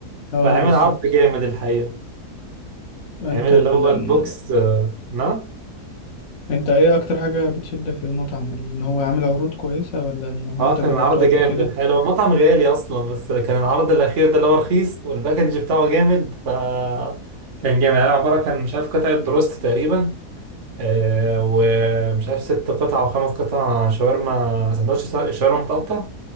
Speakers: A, on the left; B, on the right.
A: اه
B: فعمل
A: بالظبط
B: عرض جامد الحقيقة
A: انت
B: عمل اللي
A: لم...
B: هو البوكس آه، نعم
A: انت ايه اكتر حاجة بتشدك للمطعم ان هو عامل عروض كويسة ولا ان هو
B: اه
A: انت جربته
B: كان عرض
A: قبل
B: جامد
A: كده
B: الحقيقة هو مطعم غالي أصلا بس كان العرض الأخير ده اللي هو رخيص والباكج بتاعه جامد ف كان جامد يعني عبارة كان مش عارف قطعة بروست تقريبا آه، ومش عارف ست قطع أو خمس قطع شاورما سندوتش شاورما متقطع